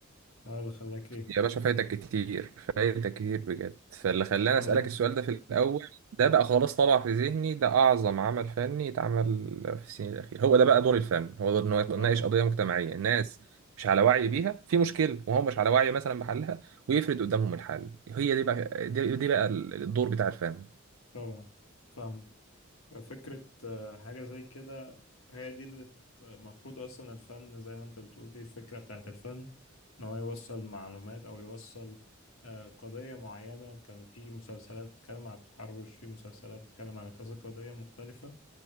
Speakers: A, on the left (about 80°); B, on the right (about 80°).
A: اه اللي خلاك إيه
B: يا باشا فايتك كتير فايتك كتير بجد فاللي خلاني
A: مم.
B: أسألك السؤال ده في الأول ده بقى خلاص طبع في ذهني ده أعظم عمل فني اتعمل في السنين الأخيرة هو ده بقى دور الفن هو دور إنه
A: طبعا
B: يناقش قضية مجتمعية الناس مش على وعي بيها في مشكلة وهو مش على وعي مثلا بحلها ويفرد قدامهم الحل هي دي بقى دي, دي بقى الدور بتاع الفن
A: طبعا فاهم فكرة آه، حاجة زي كده هي دي اللي ت- المفروض أصلا الفن زي ما أنت بتقول دي الفكرة بتاعت الفن إن هو يوصل معلومات أو يوصل آه، قضية معينة كان في مسلسلات بتتكلم عن التحرش في مسلسلات بتتكلم على كذا قضية مختلفة